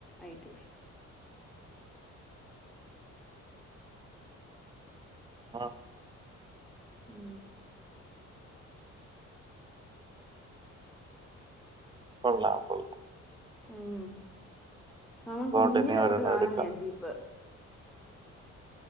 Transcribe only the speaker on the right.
ഉം,
കൊള്ളാം കൊള്ള
അതുകൊണ്ട്
തന്നെ ഒരെണ്ണം
എടുക്കാം